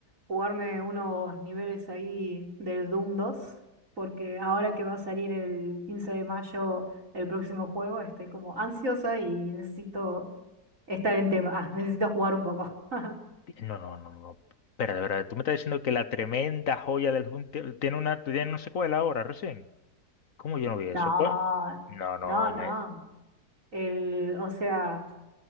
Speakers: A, on the right (about 55°); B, on the left (about 60°).
A: jugarme unos niveles ahí del Doom dos, porque ahora que va a salir el 15 de mayo el próximo juego, estoy como ansiosa y necesito estar en tema. Ah, necesito jugar un poco. <laughs>
B: No, no, no, no. no. Espera, de verdad, tú me estás diciendo que la tremenda joya del Junte tiene una, tiene una secuela ahora, recién. ¿Cómo yo no vi
A: No,
B: eso? ¿Cuál? No, no,
A: no, no.
B: me.
A: El, o sea,